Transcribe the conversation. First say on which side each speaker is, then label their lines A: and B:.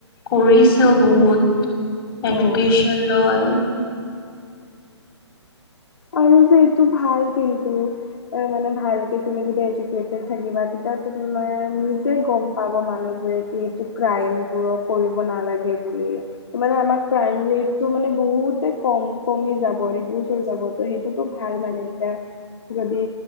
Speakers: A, on the left; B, on the left.
A: কৰিছেও বহুত এডুকেশচন
B: অ'
A: লয়।
B: আৰু যে এইটো ভাল কিন্তু মানে ভালকৈ তুমি যদি এডুকেটেড থাকিবা তেতিয়া তোমাৰ নিজে গম পাব মানুহবোৰে এইটো ক্ৰাইম বোৰ কৰিব নালাগে বুলি মানে আমাৰ ক্ৰাইম ৰেটটো মানে বহুতে কম কমি যাব ৰিডিউচ হৈ যাব ত সেইটোতো ভাল মানে এতিয়া যদি